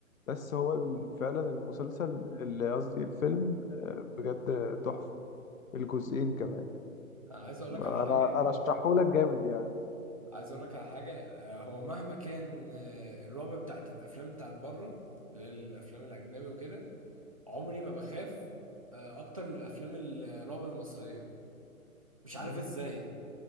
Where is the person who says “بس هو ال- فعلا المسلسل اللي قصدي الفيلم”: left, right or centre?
Left